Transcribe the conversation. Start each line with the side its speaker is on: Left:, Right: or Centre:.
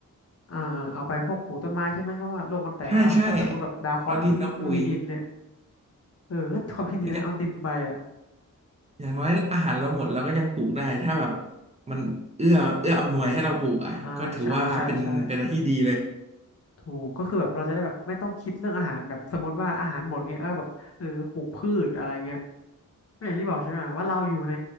Left: อ่าๆเอาไปพวกปลูกต้นไม้ใช่ไหมเพราะว่าโลกมันแตกแล้วถ้าสมมติแบบดาวเคราะห์แล้วไม่มีไม่มีดินเนี่ย
Right: ใช่ใช่เอาดินเอาปุ๋ย
Left: เออก็ความคิดดีนะเอาดินไปอ่ะ
Right: อย่าอย่างน้อยอาหารเราหมดเราก็ยังปลูกได้ถ้าแบบมันเอื้อเอื้ออำนวยให้เราปลูกอ่ะก็ถือว่าเป็นเป็นอะไรที่ดีเลย
Left: อ่าใช่ใช่ใช่ถูกก็คือแบบเราจะได้แบบไม่ต้องคิดเรื่องอาหารแบบสมมติว่าอาหารหมดเงี้ยก็แบบเออปลูกพืชอะไรเงี้ยก็อย่างที่บอกใช่ไหมว่าเราอยู่ใน